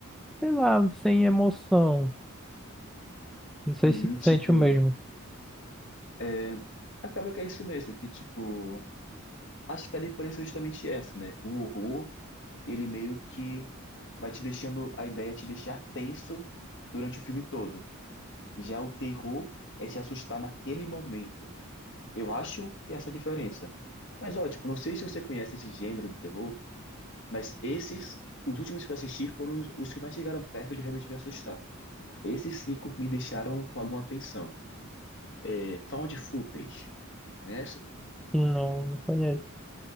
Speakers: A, in the centre; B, on the left.
A: sei lá, sem emoção. Não sei
B: Uhum,
A: se tu
B: tipo,
A: sente o mesmo.
B: é, acaba que é isso mesmo, que tipo, acho que a diferença é justamente essa, né? O horror, ele meio que vai te deixando, a ideia é te deixar tenso durante o filme todo. Já o terror é te assustar naquele momento. Eu acho que essa é a diferença. Mas, ó, tipo, não sei se você conhece esse gênero do terror, mas esses, os últimos que eu assisti foram os, os que mais chegaram perto de realmente me assustar. Esses cinco me deixaram com alguma atenção. É, found footage, conhece?
A: Não, não conheço.